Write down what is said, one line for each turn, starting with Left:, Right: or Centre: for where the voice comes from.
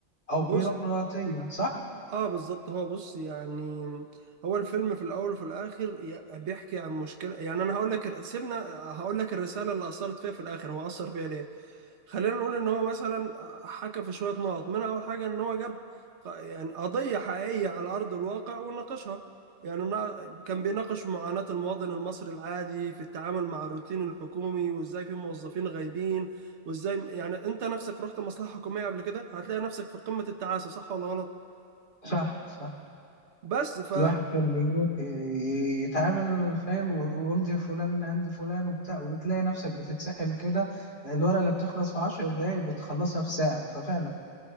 Left: او
Right: جزء
Left: بيروقراطية صح؟
Right: اه بالظبط هو بص يعني هو الفيلم في الاول وفي الاخر ي- بيحكي عن مشكله يعني انا هقول لك الر- سيبنا هقول لك الرساله اللي اثرت فيها في الاخر هو اثر فيها ليه خلينا نقول ان هو مثلا حكى في شويه نقط منها اول حاجه ان هو جاب ق- يعني قضيه حقيقيه على ارض الواقع وناقشها يعني نا- كان بيناقش معاناه المواطن المصري العادي في التعامل مع الروتين الحكومي وازاي في موظفين غايبين وازاي يعني انت نفسك رحت مصلحه حكوميه قبل كده هتلاقي نفسك في قمه التعاسه صح ولا غلط
Left: صح صح
Right: بس ف
Left: الواحد كان بيروح ي- يتعامل فاهم وامضي فلان من عند فلان وبتاع وبتلاقي نفسك بتتسحل كده الورقة اللي بتخلص في عشر دقايق بتخلصها في ساعة ففعلا